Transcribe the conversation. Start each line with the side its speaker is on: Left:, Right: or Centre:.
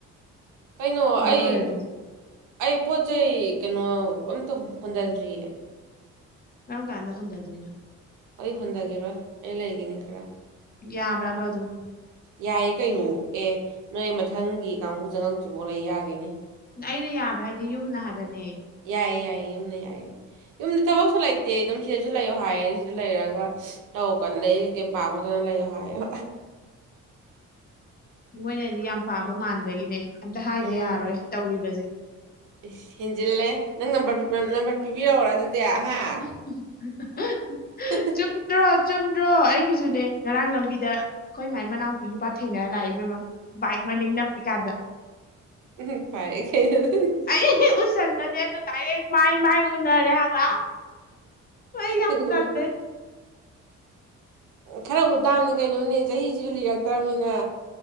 Right: ꯀꯩꯅꯣ ꯑꯩ
Left: ꯂꯣꯏꯔꯗꯨꯕꯨ
Right: ꯑꯩ ꯄꯣꯠ ꯆꯩ ꯀꯩꯅꯣ ꯑꯝꯇ ꯍꯣꯟꯊꯗ꯭ꯔꯤꯌꯦ
Left: ꯀꯔꯝ ꯀꯥꯟꯗ ꯍꯨꯟꯖꯗꯣꯏꯅꯣ
Right: ꯍꯣꯏ ꯍꯣꯟꯟꯗꯒꯤꯦꯔꯣ ꯑꯦ ꯂꯩꯒꯅꯤ ꯈꯔꯥ
Left: ꯌꯥꯕ꯭ꯔꯥꯕ ꯑꯗꯨꯝ
Right: ꯌꯥꯏꯌꯦ ꯀꯩꯅꯣ ꯑꯦ ꯅꯣꯏ ꯃꯊꯪꯒꯤ ꯀꯥꯡꯕꯨ ꯆꯪꯉꯛꯇ꯭ꯔꯤꯐꯥꯎ ꯂꯩ ꯌꯥꯒꯅꯤ
Left: ꯑꯩꯅ ꯌꯥꯕ꯭ꯔꯥ ꯍꯥꯏꯗꯤ ꯌꯨꯝꯅ ꯍꯥꯏꯕꯅꯦ
Right: ꯌꯥꯏ ꯌꯥꯏ ꯌꯨꯝꯅ ꯌꯥꯏ ꯌꯨꯝꯗ ꯊꯕꯛꯁꯨ ꯂꯩꯇꯦ ꯑꯗꯨꯝ ꯁꯤꯗꯁꯨ ꯂꯩꯌꯑꯣ ꯍꯥꯏꯌꯦ ꯁꯤꯗ ꯂꯩꯔꯒ ꯇꯧꯀꯥꯟ ꯂꯩ ꯀꯦ ꯄꯥ ꯈꯣꯠꯇꯅ ꯂꯩꯌꯣ ꯍꯥꯏꯌꯣ
Left: ꯃꯣꯏꯅꯗꯤ ꯌꯥꯝ ꯄꯥꯕ ꯃꯥꯟꯕꯒꯤꯅꯦ ꯑꯝꯇ ꯍꯥꯏꯗ
Right: ꯎꯝ
Left: ꯌꯥꯔꯔꯣꯏ ꯇꯧꯔꯤꯕꯁꯦ
Right: ꯏꯁ ꯍꯦꯟꯖꯤꯜꯂꯦ ꯅꯪ ꯅꯝꯕꯔ ꯅꯝꯕꯔ ꯄꯤꯕꯤꯔꯛꯑꯣꯔ ꯑꯗꯨꯗꯤ ꯑꯍꯥ
Left: <inaudible>
Right: ꯍ
Left: ꯆꯨꯝꯗ꯭ꯔꯣ ꯆꯨꯝꯗ꯭ꯔꯣ ꯑꯩꯒꯤꯖꯨꯅꯦ ꯉꯔꯥꯡ ꯂꯝꯕꯤꯗ ꯑꯩꯈꯣꯏ ꯃꯥꯏ ꯃꯅꯥꯎꯅꯨꯄꯤ ꯅꯨꯄꯥ ꯊꯦꯡꯅꯔ ꯂꯥꯛꯏ ꯏꯕꯦꯝꯕ ꯕꯥꯏꯛ ꯃꯅꯤꯡ ꯅꯞꯄꯤ ꯀꯥꯟꯗ
Right: ꯎꯝ ꯄꯔꯦꯈꯩ ꯑꯗꯨꯅ
Left: ꯑꯩ ꯎꯁꯟꯅꯗꯦ ꯑꯗꯣ ꯗꯥꯏꯔꯦꯛ ꯃꯥꯥꯏ ꯃꯥꯥꯏ ꯎꯅꯔꯦ ꯍꯥꯏꯕ ꯑꯩ ꯌꯥꯝ
Right: ꯎꯝ
Left: ꯇꯜꯂꯦ
Right: ꯈꯔ ꯎꯇꯥꯕꯅꯤ ꯀꯩꯅꯣꯅꯦ ꯆꯍꯤꯁꯤꯁꯨ ꯂꯤꯔꯛꯇ꯭ꯔꯕꯅꯤꯅ